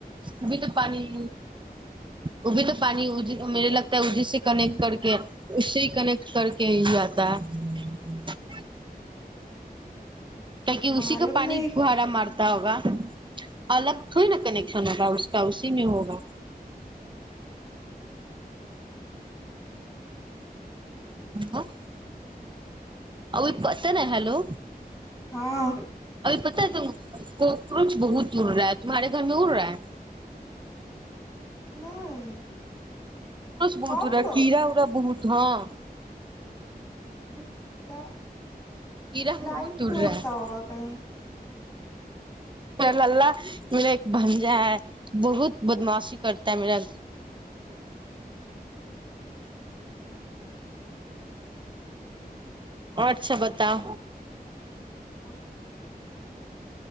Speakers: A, on the right (about 30°); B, on the left (about 20°).
A: وہ بھی تو پانی وہ بھی تو پانی میرے لگ جس سے کنیکٹ کر کے اس سے ہی کنیکٹ کر کے ہی آاتتا ہے تہ
B: معلوم
A: اسی کا پانی
B: نہیں
A: پہارا مارتا ہوگا الگ تھوڑ نا کنیکشن ہوگا اس کا اسی میں ہوگا ہ <inaudible> ا پت نا ہیلو
B: ہاں
A: پتا ہے کوکروچ بہت اڑ رہا ہے تمہارے گھر میں اڑ رہا ہے
B: نہیں <inaudible>
A: بہت
B: کاکروچ
A: گا کرا اورا بہت ہاں
B: ا <inaudible>
A: کیڑا
B: تو
A: بہت
B: لائٹ پہ
A: اڑ رہا
B: اڑتا
A: ہے
B: ہوگا کہیں
A: م اللہ میرا ایک بنجا ہے بہت بدماشی کرتا ہے میرا اور اچھا بتاؤ
B: ج <unintelligible>